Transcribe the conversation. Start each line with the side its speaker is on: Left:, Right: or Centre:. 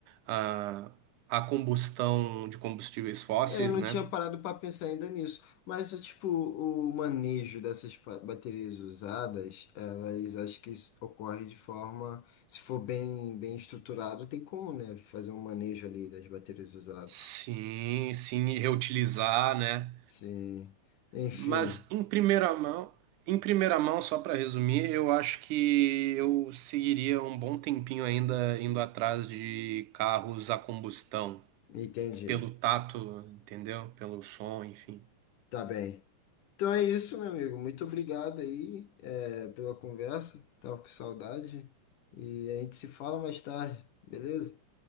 Right: a, a combustão de combustíveis fósseis,
Left: É, não
Right: né?
Left: tinha parado para pensar ainda nisso. Mas, o tipo, o manejo dessas pa- baterias usadas, elas acho que isso ocorre de forma, se for bem, bem estruturado, tem como, né? Fazer um manejo ali das baterias usadas.
Right: Sim, sim, e reutilizar, né?
Left: Sim. Enfim,
Right: Mas em primeira mão, em primeira mão, só para resumir, eu acho que eu seguiria um bom tempinho ainda indo atrás de carros a combustão,
Left: entendi.
Right: pelo tato, entendeu? Pelo som, enfim.
Left: Tá bem. Então é isso, meu amigo. Muito obrigado aí, é, pela conversa. Tava com saudade. E a gente se fala mais tarde, beleza?